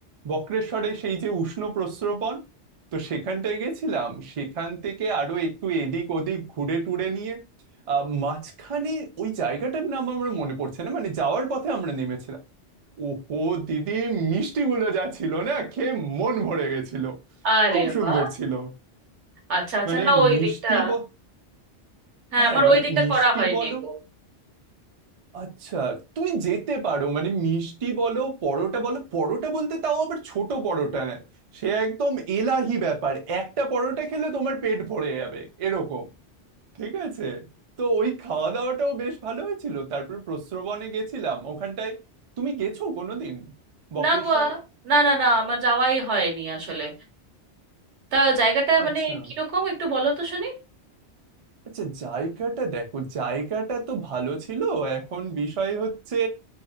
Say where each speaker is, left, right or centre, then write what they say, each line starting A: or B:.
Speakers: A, on the right (about 55°); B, on the right (about 75°).
A: বক্রেশ্বরে সেই যে উষ্ণ প্রস্রবণ তো সেখানটায় গেছিলাম সেখান থেকে আরো একটু এদিক ওদিক ঘুরে টুরে নিয়ে আহ, মাঝখানে ওই জায়গাটার নাম আমার মনে পড়ছে না মানে যাওয়ার পথে আমরা নেমেছিলাম ওহো দিদি মিষ্টিগুলো যা ছিল না খেয়ে মন ভরে গেছিল
B: আরে
A: খুব সুন্দর
B: বা
A: ছিল
B: আচ্ছা আচ্ছা
A: মানে
B: না ওই
A: মিষ্টি
B: দিকটা
A: ব-
B: হ্যাঁ
A: হ্যাঁ
B: আমার
A: মানে
B: ওই দিকটা
A: মিষ্টি
B: করা হয়নি
A: বলো
B: গো
A: আচ্ছা তুমি যেতে পারো মানে মিষ্টি বলো পরোটা বলো পরোটা বলতে তাও আবার ছোট পরোটা না সে একদম এলাহি ব্যাপার একটা পরোটা খেলে তোমার পেট ভরে যাবে এরকম ঠিক আছে তো ওই খাওয়া দাওয়াটাও বেশ ভালো হয়েছিল তারপর প্রস্রবনে গেছিলাম ওখানটায় তুমি গেছো কোনোদিন বক্রেশ্বরে
B: না গো না না না আমার যাওয়াই হয়নি আসলে তা জায়গাটা
A: আচ্ছা
B: মানে কিরকম একটু বলো তো শুনি
A: আচ্ছা জায়গাটা দেখো জায়গাটা তো ভালো ছিল এখন বিষয় হচ্ছে